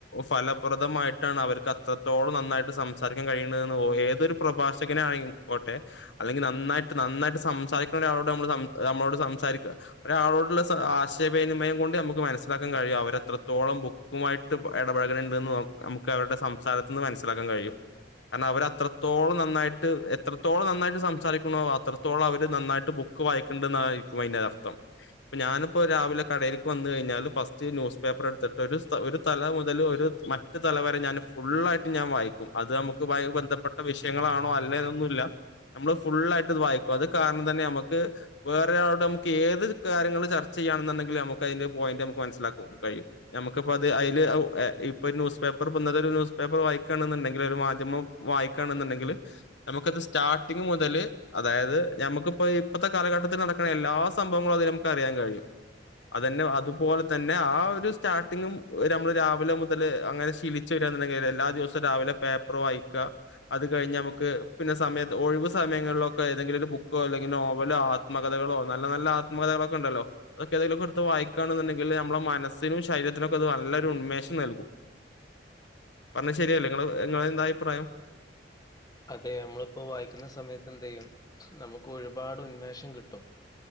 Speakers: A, on the left; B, on the left.
A: ഫലം പ്രദമായിട്ടാണ് അവർക്ക് അത്രത്തോളം നന്നായിട്ട് സംസാരിക്കാൻ കഴിയുന്നതെന്ന് ഏതൊരു പ്രഭാഷകനെയാണയി ട്ടെഅല്ലെങ്കിൽ നന്നായിട്ട് നന്നായിട്ട് സംസാരിക്കുന്ന ഒളോട് നമ്മ നമ്മളോട് സംസാരിക്ക ഒരാളോടുള്ള സ ആശയവിനിമയം കൊണ്ട് നമുക്ക് മനസ്സിലാക്കാൻ കഴിയും അവരെത്രോളം ബുക്കുമായിട്ട് ഇടപഴകണ് ത് നോക്ക നമുക്ക് അവരുടെ സംസാരത്തിൽ നിന്ന് മനസ്സിലാക്കാൻ കഴിയും കാരണം അവര് അത്രത്തോളം നന്നായിട്ട് എത്രത്തോളം നന്നായിട്ട് സംസാരിക്ക്ണോ അത്രത്തോളം അവര് നന്നായിട്ട് പുക് ക്ക് വായിക്ക്ണ്ട്ന്നായിരികും അയിൻ്റർത്ഥം പം ഞാനിപ്പോ രാവിലെ കടേയിൽക്ക് വന്ന് കഴിഞ്ഞാൽ ഫസ്റ്റ് ന്യൂസ്പേ പേപ്പറെട്ത്തിട്ട് ഒരു സ്ഥ ഒരു തല മുതൽ ഒരു മറ്റ തലവരെ ഞാൻ ഫുള്ളായിട്ട് ഞാൻ വായിക്കും അത് അമുക്കുമായി ബന്ധപ്പെട്ട വിഷയങ്ങളാണോ അല്ലേന്നൊന്നുല്ല അമ്മള് ഫുുള്ളായിട്ട് അത് വായിക്കും അത് കാരണം തന്നെ അമ്മക്ക് വേറ ഒരാളോട് അമുക്ക് ഏത് കാര്യങ്ങൾ ചർച്ച ചെയ്യാണ്ന്ന്ണ്ടെങ്കിൽ അമക് അയിൻ്റെ പോയിന്റ് അമക്ക് മനസിലാക്കും കഴിയും നമുക്കപ്പോ അത് അയില് ഔ ഏ ഇ ഇപ്പം ഒര് ന്യൂസ് പേപ്പറ് ഇപ്പന്നതൊര് ന്യൂസ് പേപ്പർ വായിക്കാണ്ന്ന്ണ്ടെങ്കിൽ ഒരു മാധ്യമം വായിക്കാണ്ന്ന്ണ്ടെങ്ക് ണ്ടെങ്കില് നമുക്കത് സ്റ്റാർട്ടിങ് മുതല് അതായത് ഞമുക്ക് ഇപ്പ ഇ ഇപ്പത്തെ കാലഘട്ടത്തിൽ നടക്ക്ണ എല്ലാ സംഭവങ്ങളും അതില് നമുക്ക് അറിയാൻ കഴിയും അതെന്നെ അതുപോലെ തന്നെ ആ ഒരു സ്റ്റാർട്ടിങ്ങും നമ്മള് രാവിലെ മു മുതല് അങ്ങനെ ശീലച് വെരാന്ന്ണ്ടെങ്കിൽ എല്ലാ ദിവസവും രാവിലെ പേപ്പർ വായിക്ക അത് കഴിഞ്ഞാമക്ക് പിന്നെ സമയത്ത് ഒഴിവ് സമയങ്ങളിലൊക്കെ ഏതെങ്കിലും ഒരു ബുക്കോ അല്ലെങ്കിൽ നോവലോ ആത്മകഥകളോ നല്ല നല്ല ആത്മകഥകളൊക്ക് കെണ്ടല്ലോ അതക്കെ ഏതെങ്കിലൊകെട്ത്ത് വായിക്കാണ്ന്ന് ണ്ടെങ്കില് ഞമ്മളെ മനസ്സിനുംഷരീത്തിനൊക്കത് നല്ലൊരു ഉന്മേഷം നൽകും പറഞ്ഞ ശരിയല്ല നിങ്ങള് നിങ്ങളെ എന്താ അഭിപ്രായം
B: അതെ അമ്മളിപ്പോ വായിക്കുന്ന സമയത്ത് എന്തെയ്യും നമുക്കൊരുപാട് ഉന്മേഷം കിട്ടും